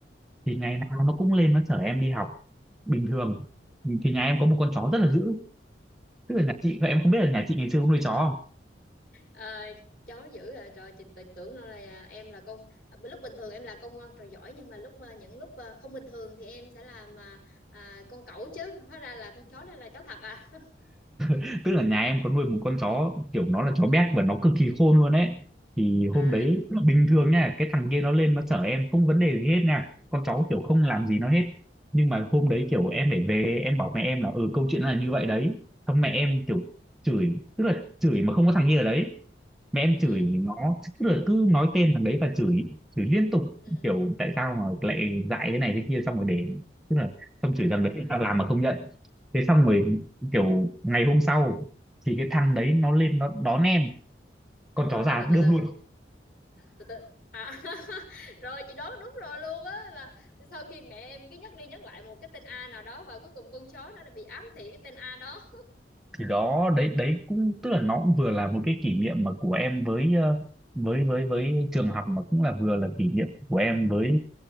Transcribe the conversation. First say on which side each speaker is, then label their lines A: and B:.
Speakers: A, on the left; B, in the centre.
A: Ừ.
B: thì ngày nào nó cũng lên nó chở em đi học bình thường thì nhà em có một con chó rất là dữ tức là nhà chị em không biết là nhà chị ngày xưa có nuôi chó không
A: Ờ, chó dữ à trời chị tự tưởng đâu là à, em là con à, lúc bình thường em là con ngoan trò giỏi nhưng mà lúc à, những lúc à, không bình thường thì em sẽ làm à, à, con cẩu chứ hóa ra là con chó đây là chó thật à
B: <laughs> tức là nhà em có nuôi một con chó kiểu nó là chó béc và nó cực kỳ khôn luôn ấy thì hôm
A: à
B: đấy bình thường nha cái thằng kia nó lên nó chở em không vấn đề gì hết nha con chó kiểu không làm gì nó hết nhưng mà hôm đấy kiểu em phải về em bảo mẹ em là ừ câu chuyện là như vậy đấy xong mẹ em kiểu chửi tức là chửi mà không có thằng kia ở đấy mẹ em
A: ừ
B: chửi nó tức là cứ nói tên thằng đấy và chửi chửi liên tục
A: ừ
B: kiểu tại sao mà lại dại thế này thế kia xong rồi để tức là xong chửi
A: à
B: thằng đấy tại sao làm mà không nhận thế xong rồi kiểu ngày hôm sau thì cái thằng đấy nó lên nó đón em con
A: rồi
B: chó già
A: rồi từ từ
B: đơm
A: từ
B: luôn
A: từ từ à <laughs> rồi chị đoán đúng rồi luôn á là sau khi mẹ em cứ nhắc đi nhắc lại một cái tên A nào đó và cuối cùng con chó nó đã bị ám thị cái tên A đó
B: thì đó đấy đấy cũng tức là nó cũng vừa là một cái kỷ niệm mà của em với ờ, với với với trường học mà cũng là vừa là kỷ niệm của em với